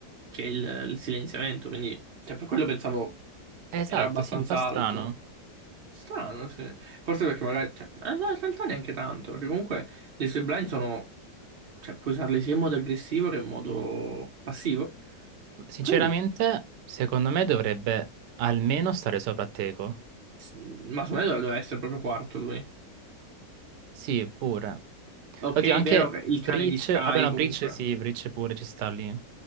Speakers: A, on the right; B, on the right.
A: che il, il silenziamento, quindi cioè, per quello pensavo
B: Eh, Esatto,
A: era abbastanza
B: sì, mi fa strano.
A: alto. Strano, sì. Forse perché magari... Cioè, eh, no, in realtà neanche tanto, perché comunque le sue blind sono... Cioè, puoi usarle sia in modo aggressivo che in modo passivo.
B: Sinceramente,
A: Quindi,
B: secondo me dovrebbe almeno stare sopra Teco.
A: s- ma secondo me doveva essere proprio quarto lui.
B: Sì, pure.
A: Ok,
B: Oddio, anche
A: vero che il
B: Breach.
A: cane di Sky
B: Vabbè, no,
A: comunque.
B: Breach sì, Breach pure ci sta lì.